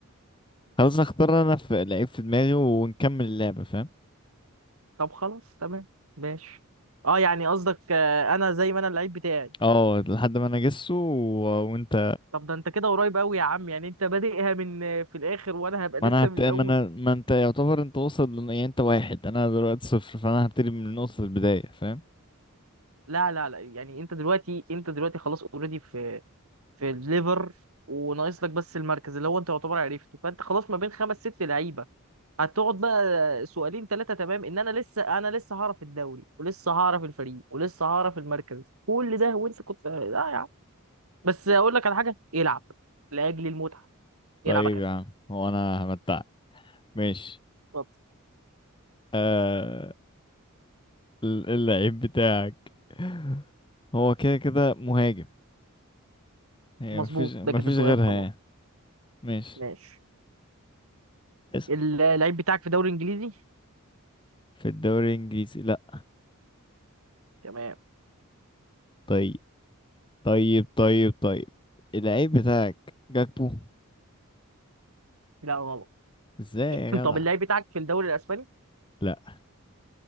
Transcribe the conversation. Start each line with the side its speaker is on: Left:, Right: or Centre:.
Left: خلاص اختار انا في لعيب في دماغي ونكمل اللعبة فاهم
Right: طب خلاص تمام ماشي اه يعني قصدك آه، انا زي ما انا اللعيب بتاعي
Left: اه لحد ما انا اجسه و... وانت
Right: طب ده انت كده قريب قوي يا عم يعني انت بادئها من آه، في الاخر وانا هبقى لسه
Left: ما انا هبت...
Right: من الاول
Left: ما انا ما انت يعتبر انت واصل لن- يعني انت واحد انا دلوقتي صفر فانا هبتدي من نقطة البداية فاهم
Right: لا لا لا يعني انت دلوقتي انت دلوقتي خلاص اوريدي في في الليفر وناقص لك بس المركز اللي هو انت يعتبر عرفته فانت خلاص ما بين خمس ست لعيبه هتقعد بقى سؤالين ثلاثة تمام ان انا لسه انا لسه هعرف الدوري ولسه هعرف الفريق ولسه هعرف المركز كل ده وانت كنت لا يا عم بس اقول لك على حاجة العب لأجل المتعة يلعب
Left: طيب
Right: كاس
Left: يا عم هو انا همتعك ماشي
Right: طب،
Left: آه... ال- اللعيب بتاعك <laughs> هو كده كده مهاجم هي
Right: مظبوط
Left: مفيش مفيش
Right: ده كده سؤال
Left: غيرها
Right: خلاص
Left: يعني ماشي
Right: ماشي
Left: اسأل
Right: اللعيب بتاعك في الدوري الانجليزي
Left: في الدوري الانجليزي لا
Right: تمام
Left: طيب طيب طيب طيب اللعيب بتاعك جاكبو
Right: لا غلط
Left: ازاي
Right: <laughs>
Left: يا
Right: طب
Left: جدع
Right: اللعيب بتاعك في الدوري الاسباني
Left: لا